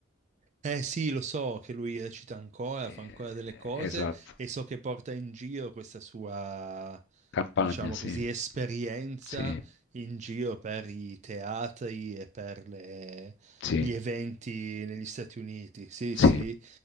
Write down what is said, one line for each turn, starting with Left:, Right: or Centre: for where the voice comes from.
Right: Eh sì, lo so che lui recita ancora, fa ancora
Left: Eh,
Right: delle cose
Left: Esatto,
Right: e so che porta in giro questa sua,
Left: campagna,
Right: diciamo
Left: sì,
Right: così, esperienza
Left: sì,
Right: in giro per i teatri e per le-
Left: sì,
Right: gli eventi negli Stati Uniti. Sì,
Left: sì.
Right: sì.